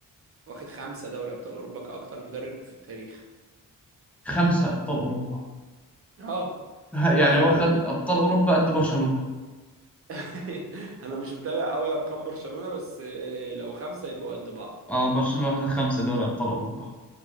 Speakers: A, on the right; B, in the centre.
A: واخد خمسة دوري ابطال اوروبا كأكتر مدرب في التاريخ
B: خمسة أبطال أوروبا
A: اه
B: <laughs>
A: واخده
B: يعني هو خد أبطال أوروبا قد برشلونة
A: <laughs> انا مش متابع قوي ارقام برشلونة بس آه، لو خمسة يبقوا قد بعض
B: آه برشلونة واخدة خمسة دوري أبطال أوروبا